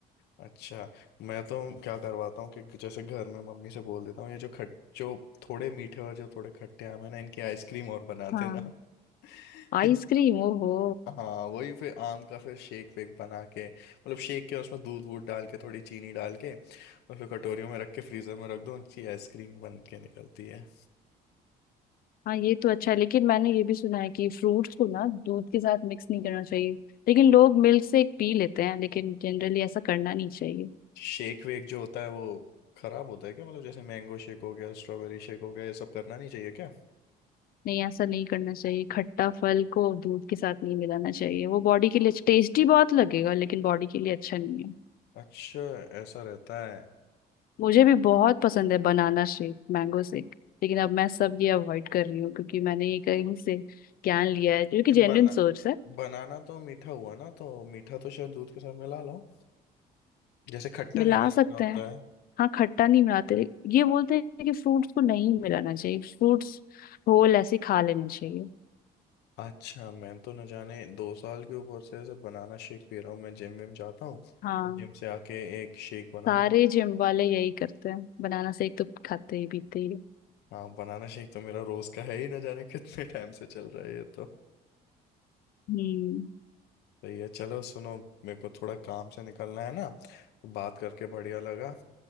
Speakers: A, on the left; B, on the left.
A: अच्छा मैं तो क्या करवाता हूँ कि जैसे घर में मम्मी से बोल देता हूँ ये जो खट जो थोड़े मीठे और जो थोड़े खट्टे आम है ना इनकी आइसक्रीम और बना देना
B: हाँ
A: <laughs>
B: आइसक्रीम ओहो
A: हाँ वही फिर आम का फिर शेक वेक बना के मतलब शेक के उसमें दूध वूध डाल के थोड़ी चीनी डाल के और फिर कटोरियों में रख के फ्रीजर में रख दो उनकी आइसक्रीम बन के निकलती है
B: हाँ ये तो अच्छा है लेकिन मैंने ये भी सुना है कि फ्रूट्स को ना दूध के साथ मिक्स नहीं करना चाहिए लेकिन लोग मिल्क से पी लेते हैं लेकिन जनरली ऐसा करना नहीं चाहिए
A: शेक वेक जो होता है वो खराब होता है क्या मतलब जैसे मैंगो शेक हो गया स्ट्रॉबेरी शेक हो गया ये सब करना नहीं चाहिए क्या
B: नहीं ऐसा नहीं करना चाहिए खट्टा फल को दूध के साथ नहीं मिलाना चाहिए वो बॉडी के लिए अच्छा, टेस्टी बहुत लगेगा लेकिन बॉडी के लिए अच्छा नहीं है
A: अच्छा ऐसा रहता है
B: मुझे भी बहुत पसंद है बनाना शेक मैंगो शेक लेकिन अब मैं सब ये अवॉइड कर रही हूँ क्योंकि मैंने ये कहीं से ज्ञान लिया है जो
A: लेकिन
B: कि जेन्युइन
A: बना
B: सोर्स है
A: बनाना तो मीठा हुआ ना तो मीठा तो शायद दूध के साथ मिला लो जैसे खट्टा
B: मिला
A: नहीं मिलाना
B: सकते
A: होता
B: हैं
A: है
B: हाँ खट्टा नहीं मिलाते ये बोलते हैं कि फ्रूट्स को नहीं मिलाना चाहिए फ्रूट्स होल ऐसे खा लेना चाहिए
A: अच्छा मैं तो न जाने दो साल के ऊपर से ऐसे बनाना शेक पी रहा हूँ मैं जिम विम जाता हूँ
B: हाँ
A: जिम से आके एक शेक बनाता
B: सारे
A: हूँ
B: जिम वाले यही करते हैं बनाना शेक तो खाते ही पीते ही हैं।
A: हाँ बनाना शेक तो मेरा रोज का है ही न जाने कितने टाइम से चल रहा है ये तो
B: हम्म
A: तो ये चलो सुनो मेरे को थोड़ा काम से निकलना है ना तो बात करके बढ़िया लगा